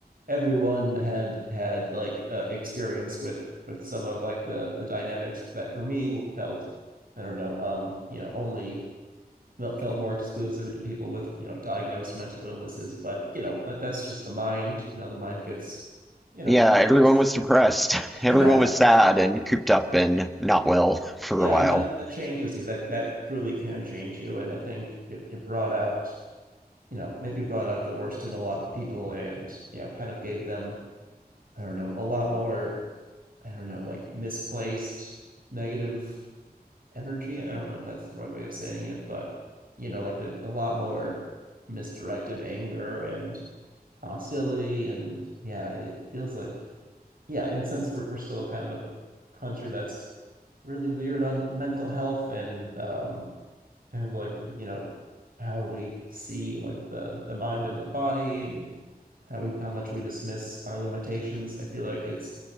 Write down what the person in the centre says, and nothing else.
yeah,
everyone
was depressed. <laughs> Everyone
was sad and cooped up and not well <laughs> for
a while.